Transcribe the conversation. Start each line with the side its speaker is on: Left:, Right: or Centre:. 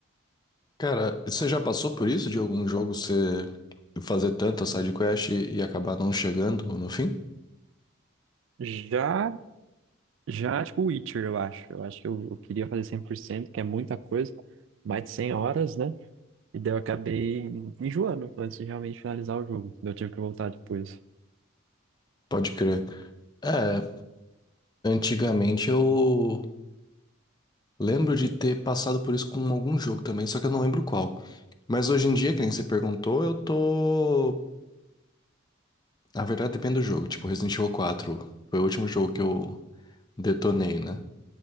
Left: Cara, você já passou por isso de algum jogo você fazer tanta side quest e, e acabar não chegando no fim?
Right: Já, já, tipo, Witcher, eu acho. Eu acho que eu, eu queria fazer cem por cento que é muita coisa, mais de 100 horas, né? E daí eu acabei enjoando antes de realmente finalizar o jogo. Daí Eu tive que voltar depois.
Left: Pode crer. É, antigamente eu lembro de ter passado por isso com algum jogo também, só que eu não lembro qual. Mas hoje em dia, que nem você perguntou, eu tô. Na verdade, depende do jogo. Tipo, Resident Evil 4 foi o último jogo que eu detonei, né?